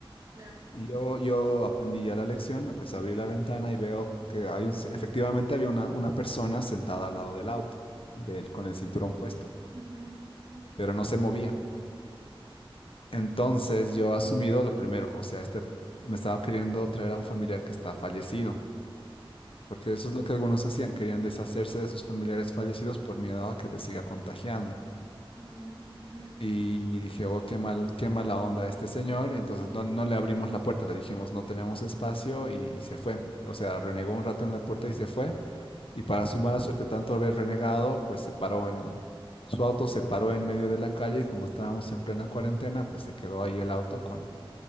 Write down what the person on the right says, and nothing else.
claro.
Ujú, sí.
Ah, no, qué fue.